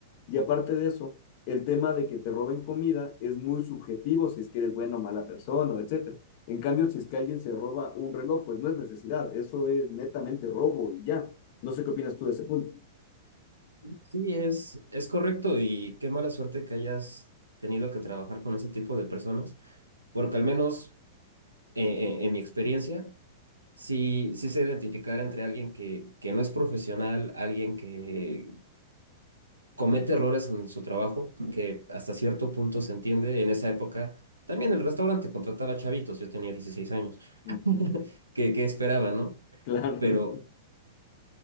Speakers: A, on the left; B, on the right.
A: Y aparte de eso, el tema de que te roben comida es muy subjetivo, si es que eres buena o mala persona, etcétera. En cambio, si es que alguien se roba un reloj, pues no es necesidad, eso es netamente robo y ya. No sé qué opinas tú de ese punto.
B: Sí, es, es correcto y qué mala suerte que hayas tenido que trabajar con ese tipo de personas, porque al menos eh, eh, en mi experiencia, sí, sí sé identificar entre alguien que, que no es profesional, alguien que comete errores en su trabajo, que hasta cierto punto se entiende. En esa época, también el restaurante contrataba chavitos, yo tenía 16 años,
A: Ujú.
B: <laughs> que, que esperaba, ¿no?
A: Claro,
B: Pero,
A: <laughs>